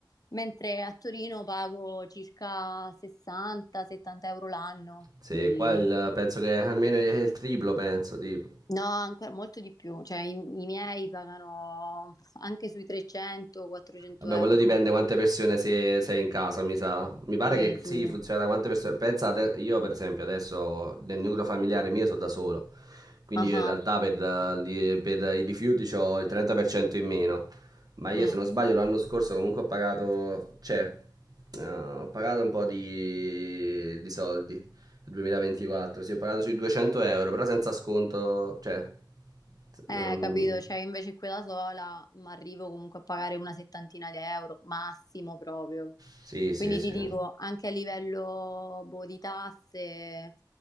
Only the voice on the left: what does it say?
mentre a Torino pago circa 60-70 euro l'anno
di...
No, ancora molto di più, cioè i, i miei pagano anche sui 300-400
euro.
Sì,
sì.
Ah,
ah.
Mm.
Eh,
capito, cioè invece quella sola ma arrivo comunque a pagare una settantina di euro, massimo proprio.
Quindi
ti dico, anche a livello boh, di tasse,